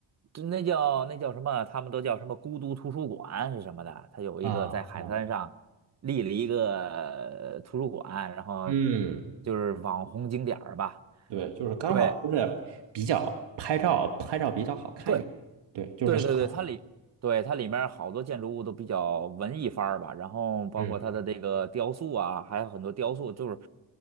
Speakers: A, on the right; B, on the right.
A: 就那叫那叫什么，他们都叫什么孤独图书馆是什么的，它有一个在海滩上立了一个呃图书馆，
B: 啊，嗯
A: 然后
B: 嗯。
A: 就是网红景点儿吧。
B: 对，就是刚好就是比较拍照，
A: 对。
B: 拍照比较好看一点。
A: 对，
B: 对，就是少。
A: 对对对，它里对它里面好多建筑物都比较文艺范儿吧，然后包括它的这个雕塑啊，
B: 嗯，
A: 还有很多雕塑就是